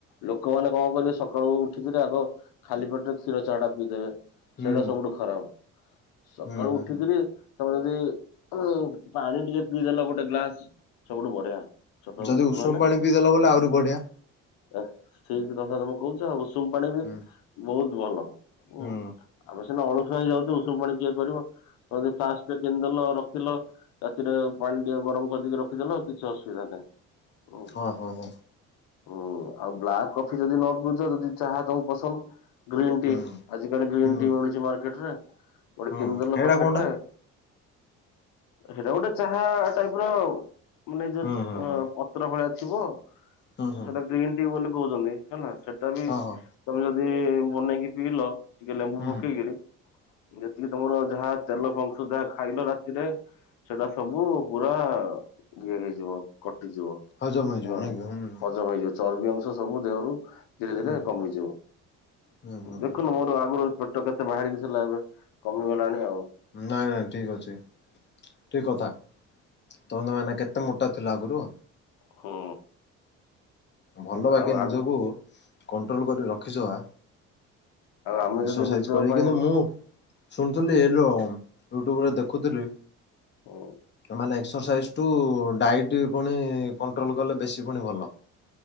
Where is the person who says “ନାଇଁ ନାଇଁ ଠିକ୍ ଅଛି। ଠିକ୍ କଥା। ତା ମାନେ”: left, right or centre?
Left